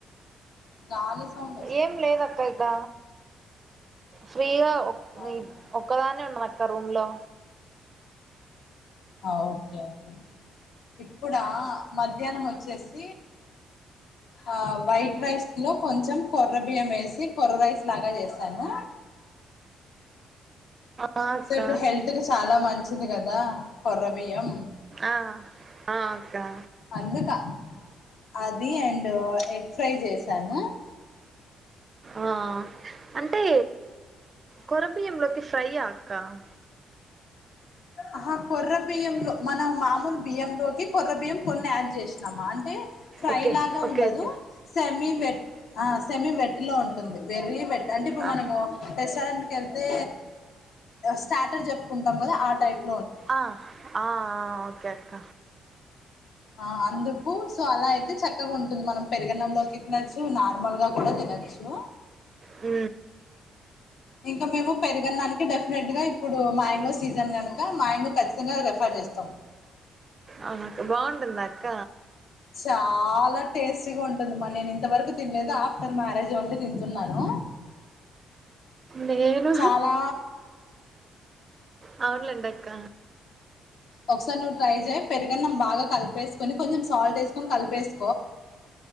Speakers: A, on the left; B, on the right.
A: గాలి సౌండ్ వస్తుంది
B: ఏం లేదు అక్క ఇక ఫ్రీగా
A: అవునా
B: ఒక్కదాన్నే ఉన్నాను అక్కా రూమ్ లో.
A: ఆ ఓకే. ఓకే. ఇప్పుడా మధ్యాహ్నం వచ్చేసి ఆ వైట్ రైస్ లో కొంచెం కొర్ర బియ్యం వేసి కొర్ర రైస్ లాగా చేసాను.
B: ఆ అక్క
A: సో ఇప్పుడు హెల్త్ కి చాలా మంచిది కదా కొర్ర బియ్యం.
B: ఆ అక్కా
A: అందుకా, అది అండ్ ఎగ్ ఫ్రై చేశాను.
B: ఆ అంటే కొర్ర బియ్యంలోకి ఫ్రై ఆ కరం
A: ఆహా కొర్ర బియ్యం లో మనం మామూలు బియ్యంలోకి కొర్ర బియ్యం కొన్ని యాడ్ చేస్ అంటే ఫ్రై
B: ఓకే
A: లాగా
B: ఓకే
A: ఉండదు
B: ఓకే
A: సెమి వెట్ ఆ సెమి వెట్లో వెర్రి వెట్ అంటే ఇప్పుడు
B: ఆ
A: మనము రెస్టారెంట్ వెళ్తే స్టాటర్ చె కుంటాం కదా ఆ టైప్
B: ఆ ఆ ఓకే అక్క
A: ఆ అందుకు సో అలా అయితే చక్కగా ఉంటుంది మనం పెరిగన్నంలోకి తినొచ్చు నార్మల్ గా కూడా తినచ్చు
B: అ
A: ఇంకా మేము పెరుగన్ననికి డెఫినెట్ గా ఇప్పుడు మాంగో సీజన్ కనుక మాంగో ఖచ్చితంగా రిఫర్ చేస్తాం
B: అవునక్క బాగుంటుంద అక్క
A: చాలా టేస్టీగా ఉంటుంది మరి నేను ఇంతవరకు తినలేదు ఆఫ్టర్ మ్యారేజ్ ఓన్లీ తింటున్నాను
B: నేను
A: చాలా
B: ఆ అవునులేండి అక్క
A: ఒకసారి నువ్వు ట్రై చేయి పెరుగన్నం బాగా కలిపేకొని కొంచం సాల్ట్ వేసుకొని కలిపేసు